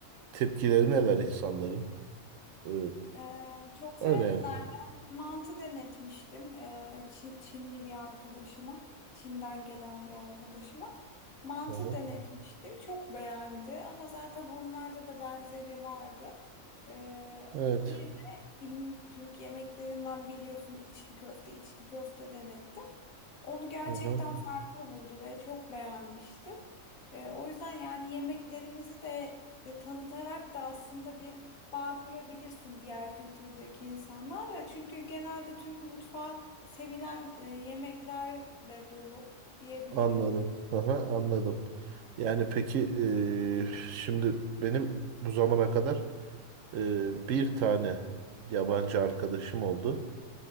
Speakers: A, on the right; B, on the left.
A: tepkileri neler insanların? Ee,
B: Ee, çok
A: öyle
B: sevdiler.
A: yani.
B: Ben mantı denetmiştim ee, Çi- Çinli bir arkadaşıma. Çin'den gelen bir arkadaşıma. Mantı
A: Aha,
B: denetmiştim. Çok beğendi ama zaten onlarda da benzeri vardı. Ee,
A: evet.
B: bir de im- Türk yemeklerinden biliyorsun içli köfte, içli köfte denettim. Onu gerçekten
A: Aha,
B: farklı buldu ve çok beğenmişti. Ee, o yüzden yani yemeklerimizi de e, tanıtarak da aslında bir bağ kurabilirsin diğer kültürdeki insanlarla. Çünkü genelde Türk mutfağı sevilen e, yemeklerle dolu diyebilirim.
A: anladım. Aha, anladım. Yani peki ee, şimdi benim bu zamana kadar ee, bir tane yabancı arkadaşım oldu.